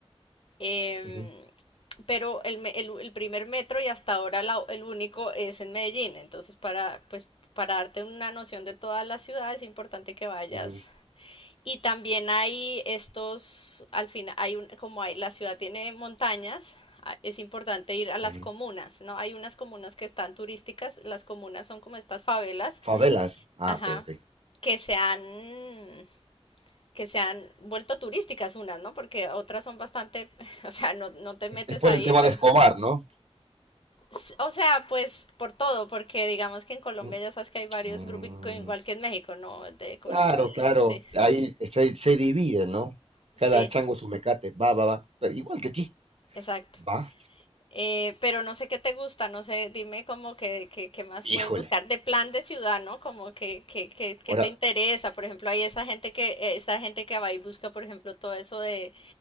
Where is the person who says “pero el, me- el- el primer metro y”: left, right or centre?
Left